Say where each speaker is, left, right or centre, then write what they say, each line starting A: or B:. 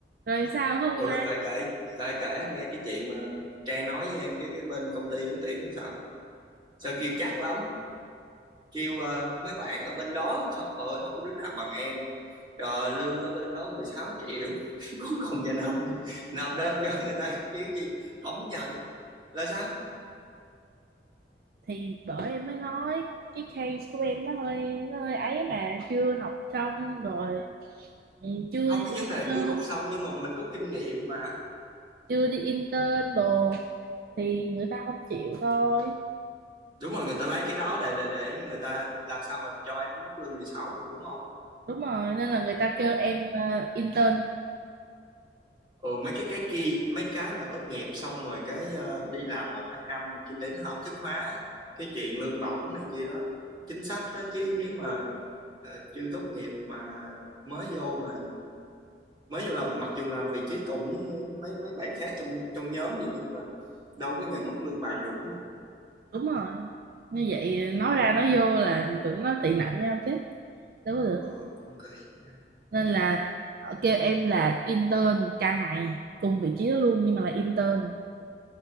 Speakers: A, on the right (about 55°); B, on the right (about 25°).
A: Rồi sao hôm
B: Ủa
A: qua
B: rồi cãi cãi cãi cãi anh nghe cái chuyện mà Trang nói với em cái cái bên công ty ứng tuyển thì sao sao kêu chắc lắm kêu ờ, mấy bạn ở bên đó trời ơi không có đứa nào bằng em rồi lương ở bên đó 16 triệu <laughs> cuối cùng giờ nộp nộp đơn cho người ta kiểu gì không nhận là sao
A: thì bởi em mới nói cái case của em nó hơi nó hơi ấy mà chưa học xong rồi ừ, chưa
B: không
A: đi
B: cái vấn
A: intern
B: đề chưa học xong nhưng mà mình có kinh nghiệm mà
A: chưa đi intern đồ thì người ta không chịu thôi
B: đúng rồi người ta lấy cái đó để để để người ta làm sao mình cho em cái mức lương 16 được đúng không
A: đúng rồi nên là người ta kêu em ờ, intern
B: ừ, mấy cái cái kia mấy cái mà tốt nghiệp xong rồi cái ờ, đi làm một hai năm này kia đến hợp thức hóa cái chuyện lương bổng này kia đó chính sách đó chứ nếu mà ờ, chưa tốt nghiệp mà mới vô mà mới vô làm mặc dù làm vị trí cùng với mấy mấy bạn khác trong trong nhóm đi nhưng mà đâu có nhận mức lương bằng được đúng không
A: đúng rồi như vậy
B: ừ,
A: nói ra nói vô là tưởng nó tị nạnh nhau chứ đâu có được
B: ừ cũng kỳ nha
A: nên là họ kêu em là intern ca ngày cùng vị trí đó luôn nhưng mà là intern